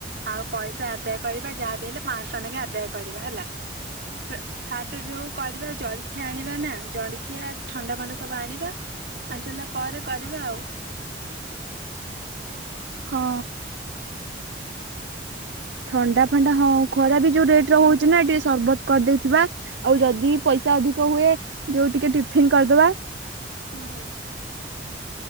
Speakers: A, on the right; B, on the right.
A: ଆଉ ପଇସା ଆଦାୟ କରିବା ଯାହାବି ହେଲେ ପାଁଶହ ଟଙ୍କା ଲେଖେ ଆଦାୟ କରିବା ହେଲା।
B: ହଁ
A: ପ୍ର ଫାଷ୍ଟ ରେ ଯୋଉ କରିବା ଜଳଖିଆ ଆଣିବା ନା ଜଳଖିଆ ଥଣ୍ଡା ଫଣ୍ଡା ସବୁ ଆଣିବା। ଆଣିଚାଇଲା ପରେ କରିବା ଆଉ।
B: ହଁ। ଥଣ୍ଡା ଫଣ୍ଡା ହଁ ଖରା ବି ଯୋଉ ରେଟରେ ହଉଛି ନା ଟିକେ ସରବତ କରିଦେଇଥିବା। ଆଉ ଯଦି ପଇସା ଅଧିକ ହୁଏ ଯୋଉ ଟିକେ ଟିଫିନ କରିଦବା।
A: ହୁଁ।